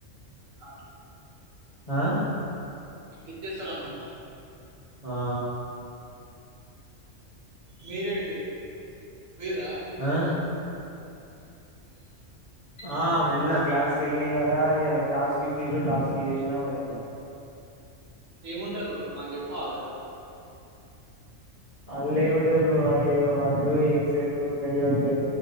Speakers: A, on the right; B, on the left.
A: అట్లా.
B: ఆ
A: అట్లిచ్చేస్తరు అన్నమాట.
B: ఆ
A: మీరేడికి పోయింర్రా.
B: ఆ <inaudible> ఆ వెళ్ళినా క్లాస్కి ఎళ్నా ఇయాలా ఇలా టాస్క్ ఇచ్చిల్లు టాస్క్ చేసిన వచ్చినా.
A: ఏముంటది బ్రో మాకు చెప్పవా జర.
B: అళ్ళేం ఉంటది బ్రో అయ్యే వర్డు, ఎక్సలు గయ్యే ఉంటయి.